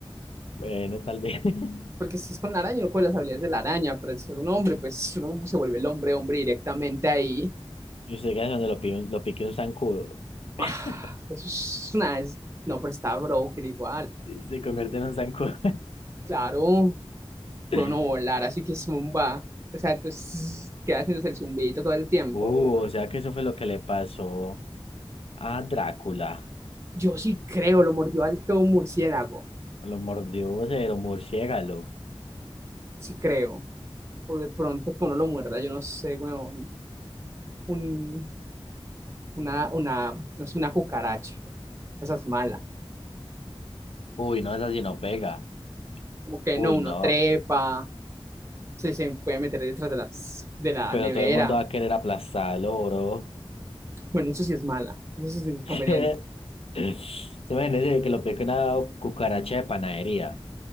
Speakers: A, on the left; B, on the right.
A: Bueno, tal vez. <laughs>
B: porque si es con la araña, uno con las habilidades de la araña, pero al ser un hombre, pues uno como se vuelve el hombre, hombre directamente ahí. <sighs>
A: Y usted queda cuando lo, pi- lo pique un zancudo.
B: Ah,
A: <laughs>
B: eso es una. es- no, pero está broker igual.
A: Se convierte en un zancudo.
B: Claro,
A: <laughs>
B: puede uno volar, así que zumba. O sea, entonces queda haciéndose el zumbidito todo el tiempo.
A: Uh,
B: Uf.
A: o sea que eso fue lo que le pasó a Drácula.
B: Yo sí creo, lo mordió alto un murciélago,
A: Lo mordió cero murciélago.
B: sí creo. O de pronto que uno lo muerda, yo no sé, weón. Un, una, una, no sé, una cucaracha. Esa es mala.
A: Uy, no, esa sí no pega.
B: Como que
A: Uy,
B: no, uno
A: no.
B: trepa, se, se puede meter detrás de las, de la
A: Pero
B: nevera.
A: todo el mundo va a querer aplastarlo, bro.
B: Bueno, eso sí es mala, eso sí es inconveniente.
A: <laughs> Se imagínese que lo pique una cucaracha de panadería.